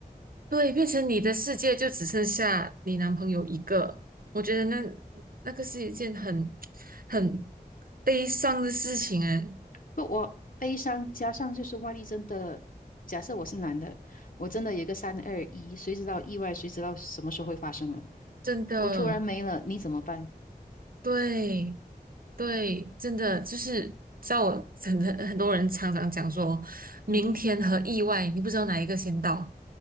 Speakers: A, on the right (about 65°); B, on the left (about 60°).
A: 对，变成你的世界就只剩下你男朋友一个，我觉得那那个是一件很很悲伤的事情哎，
B: 可我悲伤加上就是万一真的，假设我是男的，我真的有个三二一，谁知道意外，谁知道什么时候会发生啊？
A: 真的，
B: 我突然没了，你怎么办？
A: 对对，真的就是在我很很很多人常常讲说，明天和意外，
B: 嗯哼，
A: 你不知道哪一个先到